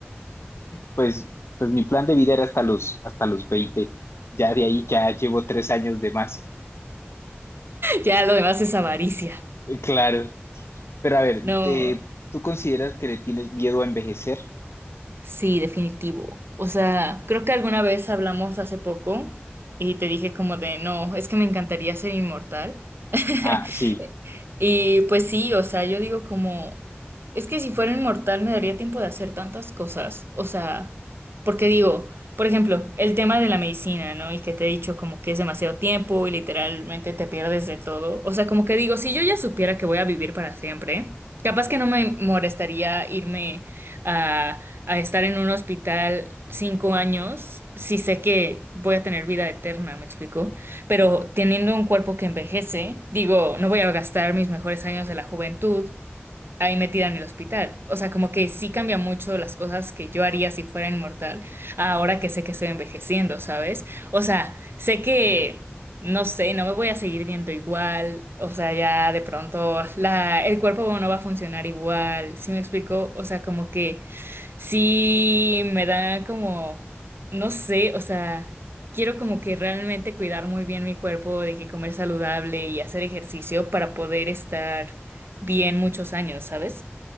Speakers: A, on the left; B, on the right.
A: pues, pues mi plan de vida era hasta los, hasta los veinte Ya de ahí ya llevo tres años de más.
B: Ya lo demás es avaricia.
A: Eh, Claro, pero a ver,
B: No.
A: de- ¿tú consideras que le tienes miedo a envejecer?
B: Sí, definitivo. O sea, creo que alguna vez hablamos hace poco y te dije como de, no, es que me encantaría ser inmortal. <laughs>
A: Ah, sí.
B: Y pues sí, o sea, yo digo como, es que si fuera inmortal me daría tiempo de hacer tantas cosas. O sea, porque digo, por ejemplo, el tema de la medicina, ¿no? Y que te he dicho como que es demasiado tiempo y literalmente te pierdes de todo. O sea, como que digo, si yo ya supiera que voy a vivir para siempre, capaz que no me molestaría irme a a estar en un hospital cinco años, sí sé que voy a tener vida eterna, me explico, pero teniendo un cuerpo que envejece, digo, no voy a gastar mis mejores años de la juventud ahí metida en el hospital. O sea, como que sí cambia mucho las cosas que yo haría si fuera inmortal, ahora que sé que estoy envejeciendo, ¿sabes? O sea, sé que, no sé, no me voy a seguir viendo igual, o sea, ya de pronto la, el cuerpo no va a funcionar igual, ¿sí me explico? O sea, como que sí me da como, no sé, o sea... Quiero como que realmente cuidar muy bien mi cuerpo, de que comer saludable y hacer ejercicio para poder estar bien muchos años, ¿sabes?